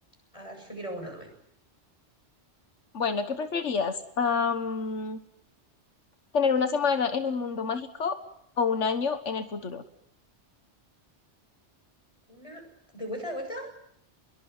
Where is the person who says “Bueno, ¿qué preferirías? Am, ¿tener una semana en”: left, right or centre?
Left